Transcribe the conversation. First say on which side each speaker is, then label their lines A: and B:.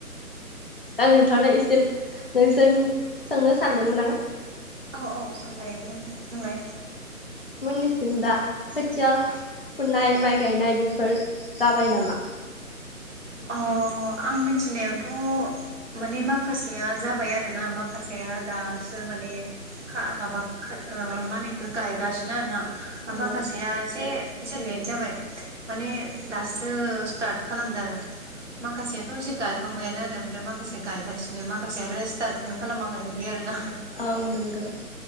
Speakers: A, on the left; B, on the right.
A: दा नोंथांनो एसे नोंसोर सोंनो सानदोंमोन आं
B: औ औ सोंजायो बुं बुंलाय।
A: मोननिसिम दा खोथिया फुनाय माइ गायनाय बेफोर जाबाय नामा?
B: अ आं मिथिनायावथ' माने माखासेया जाबाय आरोना माखासेया दासो माने खा माबा खा ओ माहोनो इखौ गायगासिनो आरोना।
A: औ
B: माखासेया इसे एसे लेत जाबाय माने दासो स्टार्ट खालामदो आरो। माखासेयाथ' एसे गायखांबायानो आरो ओमफ्राय माखासे गायगासिनो माखासे आरो स्टार्टखौनो खालामाखै इदि आरोना।
A: औ नोंगौ।